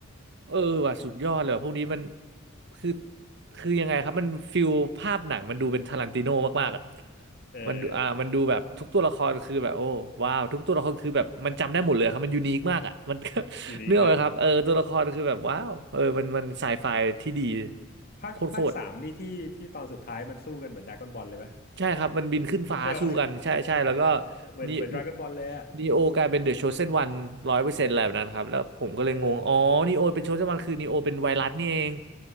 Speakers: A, on the right; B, on the left.
A: เออว่ะสุดยอดเลยว่ะพวกนี้มันคือคือยังไงครับมันฟิลภาพหนังมันดูเป็นทารันติโนมากๆอ่ะ
B: เออ
A: มันดูอ่ามันดูแบบทุกตัวละครคือแบบโอ้ว้าวทุกตัวละครคือแบบมันจำได้หมดเลยครับมันยูนิคมากอ่ะมัน <laughs>
B: อยู่นีกเนอะ
A: เนื้ออกไหมครับเออตัวละครคือแบบว้าวเออมันมันไซไฟที่ดี
B: ภาคภาคสามนี่ที่ที่ตอนสุดท้ายมันสู้กันเหมือนดราก้อนบอลเลยปะ
A: โคตรๆใช่ครับมันบินขึ้นฟ้าสู้กันใช่ใช่แล้วก็
B: ใช่ปะเหมือนเหมือนดราก้อนบอลเลยอ่ะ
A: นี่นีโอกลายเป็นเดอะโชเซนวันร้อยเปอร์เซ็นต์อะไรแบบนั้นครับแล้วผมก็เลยงงอ๋อนีโอเป็นโชเซนวันคือนีโอเป็นไวรัสนี่เอง
B: เออ